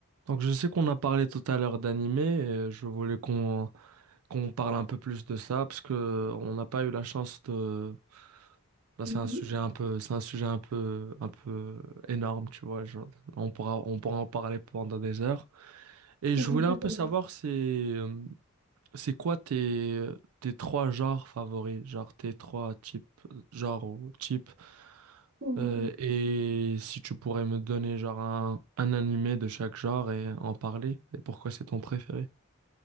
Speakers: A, on the right (about 90°); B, on the right (about 50°).
A: Donc je sais qu'on a parlé tout à l'heure d'animé, et je voulais qu'on qu'on parle un peu plus de ça parce que on n'a pas eu la chance de. Là, c'est
B: Mhm.
A: un sujet un peu, c'est un sujet un peu, un peu énorme, tu vois. genre, on pourra, on pourra en parler pendant des heures. Et
B: Oui,
A: je voulais
B: ça,
A: un peu
B: c'est vrai.
A: savoir si, euh, c'est quoi tes, tes trois genres favoris, genre tes trois types, genres ou types,
B: Oui, oui,
A: euh,
B: oui.
A: et si tu pourrais me donner genre un, un animé de chaque genre et en parler, et pourquoi c'est ton préféré?